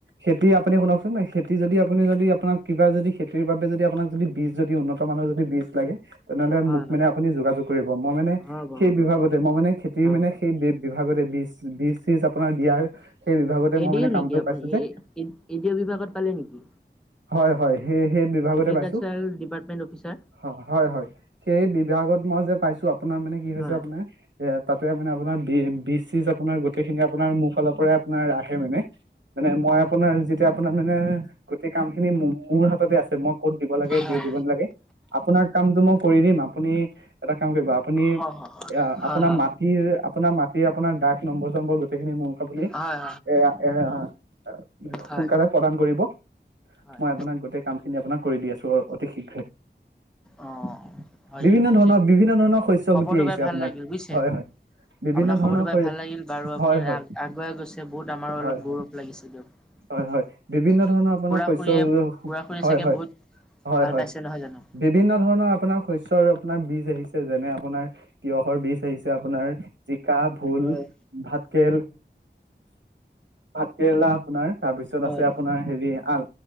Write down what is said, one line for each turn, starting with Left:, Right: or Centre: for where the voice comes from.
Right: খেতি আপুনি শুনকচোন, এই খেত খেতি যদি, আপুনি যদি আপোনাক কিবা যদি খেতিৰ বাবে যদি আপোনাক যদি বীজ যদি উন্নত মানৰ যদি বীজ লাগে, তেনেহ'লে
Centre: হয়
Right: মোক
Centre: হয়।
Right: মানে আপুনি যোগাযোগ কৰিব মই মানে
Centre: হ'ব
Right: সেই
Centre: হ'ব
Right: বিভাগতে, মই মানে খেত মি
Centre: হ'ব
Right: মানে সেই বি-বিভাগতে বীজ, বীজ-চিজ আপোনাৰ দিয়াৰ সেই বিভাগতে
Centre: এ
Right: মই
Centre: ডি
Right: মানে
Centre: অ'
Right: কামটো
Centre: নেকি আপুনি
Right: পাইছোঁ যে।
Centre: এ এ ডি অ' বিভাগত পালে নেকি?
Right: হয়, হয়। সেই, সেই বিভাগতে
Centre: এগ্ৰিকালচাৰ
Right: পাইছো,
Centre: ডিপাৰ্টমেণ্ট অফিচাৰ
Right: হ-হয়, হয়। সেই বিভাগত মই যে পাইছোঁ আপ আপোনাৰ মানে কি হৈছে,
Centre: হয়।
Right: আপোনাৰ ইয়াত তে মানে আপোনাৰ বি, বীজ-চিজ আপোনাৰ গোটেই খিনি আপোনাৰ মোৰ ফালৰ পৰাই আপোনাৰ আহে মানে, মানে মই আপোনাৰ যেতিয়া আপোনাৰ মানে গোটেই কাম খিনি মো-মোৰ হাততে আছে, মই ক'ত দিব লাগে,
Centre: হয়
Right: যি দিব নালাগে, আপোনাৰ কামটো মোক কৰি দিম, আপুনি এটা কাম কৰিব, আপ আপুনি,
Centre: হয় হয়
Right: আ
Centre: হয় হয়
Right: আপোনাৰ মাট টিৰ আপোনাৰ মাটিৰ আপোনাৰ দাগ নম্বৰ-চম্বৰ গোটেইখিনি মোক আপুনি,
Centre: হয়
Right: এয়া, এয়া অ'।
Centre: হয়
Right: সোনকালে
Centre: হয়
Right: প্ৰদান কৰিব।
Centre: হয়।
Right: মই আপোনাক গোটেই কাম খিনি আপোনাক কৰি দি আছো, অ-অতি শীঘ্ৰে।
Centre: অঁ হয়
Right: বিভিন্ন
Centre: দিয়ক
Right: ধৰণৰ,
Centre: ঠিক
Right: বিভিন্ন ধৰণৰ শস্য
Centre: খবৰটো
Right: গুটি আহিছে
Centre: পাই ভাল
Right: আপোনাৰ
Centre: লাগিল বুজিছে
Right: হয়, হয়। বিভিন্ন
Centre: আপোনাৰ খবৰটো
Right: ধৰণৰ
Centre: পাই
Right: হয়
Centre: ভাল লাগিল বাৰু, আপুনি
Right: হয় হয়
Centre: আগুৱাই গৈছে বহুত! আমাৰো
Right: হয়
Centre: অলপ
Right: হয়
Centre: গৌৰৱ লাগিছে দিয়ক।
Right: হয় হয় বিভিন্ন ধৰণৰ আপোনাৰ
Centre: খুৰা
Right: শস্য
Centre: খুৰীয়ে
Right: ৰুলেও <unintelligible>
Centre: খুৰা খুৰীয়ে
Right: হয়,
Centre: চাগে
Right: হয়,
Centre: বহুত
Right: হয়,
Centre: ভাল
Right: হয়।
Centre: পাইছে নহয় জানো
Right: বিভিন্ন ধৰণৰ আপোনাৰ শস্য আপোনাৰ বীজ আহিছে যেনে, আপোনাৰ তিয়ঁহৰ বীজ আহিছে আ পোনাৰ যি <unintelligible> কা, ভোল,
Centre: হয়
Right: ভাতকেৰেলা। ভাতকেৰেলা আপোনাৰ তাৰপিছত
Centre: হয়
Right: আছে
Centre: হয়
Right: আপোনাৰ হেৰি, আল